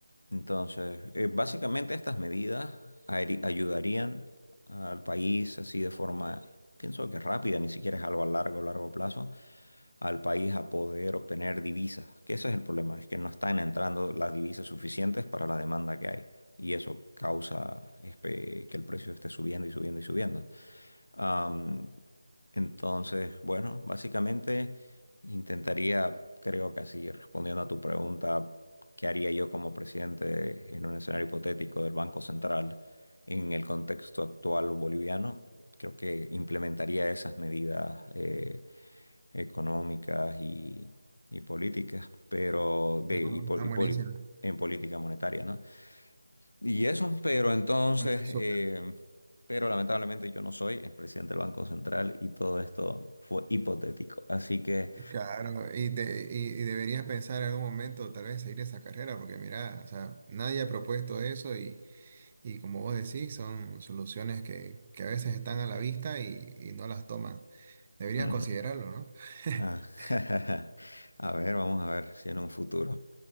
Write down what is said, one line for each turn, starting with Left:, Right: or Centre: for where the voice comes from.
Left: Entonces, eh, básicamente estas medidas aeri- ayudarían al país así de forma, pienso que rápida, ni siquiera es algo a largo, largo plazo, al país a poder obtener divisas, que ese es el problema, es que no están entrando las divisas suficientes para la demanda que hay y eso causa este, que el precio esté subiendo y subiendo y subiendo. Am, entonces, bueno, básicamente intentaría, creo que así, respondiendo a tu pregunta, ¿qué haría yo como presidente en un escenario hipotético del Banco Central en el contexto actual boliviano? Creo que implementaría esas medidas eh, económicas y, y políticas, pero de,
Right: No,
Left: y po-
Right: está
Left: y
Right: buenísimo,
Left: poli- en política monetaria, ¿no? Y eso, pero entonces,
Right: me parece súper.
Left: eh, pero lamentablemente yo no soy el presidente del Banco Central y todo esto fue hipotético. Así que,
Right: Claro, y, te- y, y deberías pensar en algún momento tal vez seguir esa carrera, porque mira, o sea, nadie ha propuesto eso Y como vos decís, son soluciones que, que a veces están a la vista y, y no las toman. Deberías
Left: mm,
Right: considerarlo, ¿no? <laughs>
Left: ah, <laughs> a ver, vamos a ver si en un futuro.